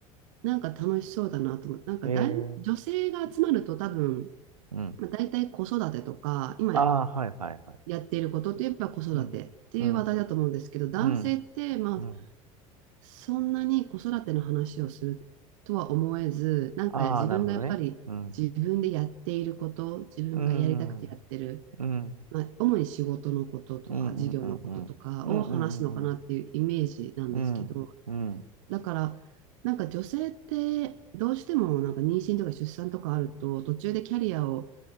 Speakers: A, on the right (about 60°); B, on the right (about 85°).
A: なんか楽しそうだなと思って、なんかだい女性が集まると多分、
B: えーうん
A: まあ、大体子育てとか、今
B: ああ、はいはいはい。
A: やっていることといえば子育てっていう話題だと思うんですけど、
B: うん。うん、
A: 男性って、
B: うん、
A: まあ、
B: うん。
A: そんなに子育ての話をするとは思えず、なんか自分がやっぱり自分でやっていること、
B: ああ、なるほどね。うん、
A: 自分がやりたくてやってる、
B: うん、うん、うん、
A: まあ、主に仕事のこととか、
B: うん、うん、
A: 事業のこととかを話すのかなっていうイメージなんですけど、
B: うん、うん、うん、うん、うん、うん、
A: だから、なんか女性ってどうしてもなんか妊娠とか出産とかあると、途中でキャリアを